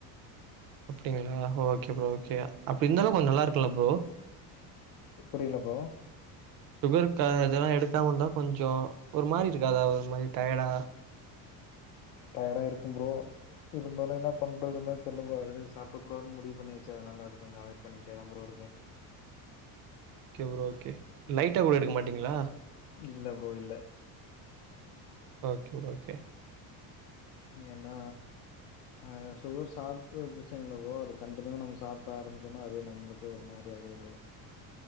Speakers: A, on the right; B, on the left.
A: அப்டிங்களா ஓகே ப்ரோ ஓகே அப்டி இந்தாலு கொஞ்சோ நல்லாருக்குல்ல ப்ரோ
B: எப்படி இல்ல ப்ரோ
A: சுகருக்கா இதெல்லா எடுக்காமந்தா கொஞ்சோ ஒரு மாரிருக்காதா ஒரு மாரி டயடா
B: டயடா இருக்கும் ப்ரோ இருந்தாலு என்ன பண்றதுன்னே தெர்ல ப்ரோ அது சாப்ட கூடாதுன் முடிவு பண்ணியாச்சு அதனால அது கொஞ்சோ அவாய்ட் பண்ணிக்கிட்டே தா ப்ரோ இருக்கே
A: ஓகே ப்ரோ ஓகே லைட்டா கூட எடுக்க மாட்டீங்ளா
B: இல்ல ப்ரோ இல்ல
A: ஓகே ப்ரோ ஓகே
B: ஏன்னா அ சுகர் சாப்புட்ர பிரச்சன இல்ல ப்ரோ அது கண்டினியூா நம்ம சாப்ட ஆரம்பிச்சுன்னா அதே நம்ளுக்கே ஒரு மாரி யாகுது ப்ரோ